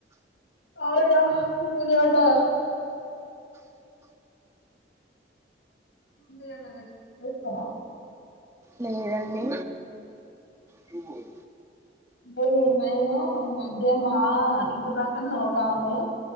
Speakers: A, on the left; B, on the right.
A: <unintelligible> మీరేమైనా <unintelligible> రెస్టు తినరా
B: లేదండి టు ఫోర్
A: <unintelligible> మైను నేను మధ్య మా ఇంటి పక్కన ఒక ఆమె